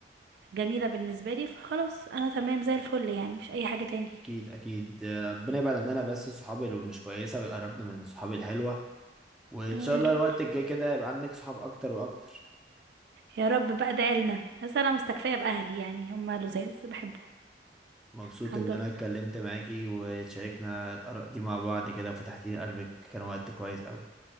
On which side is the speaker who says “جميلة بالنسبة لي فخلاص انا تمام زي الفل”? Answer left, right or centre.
Right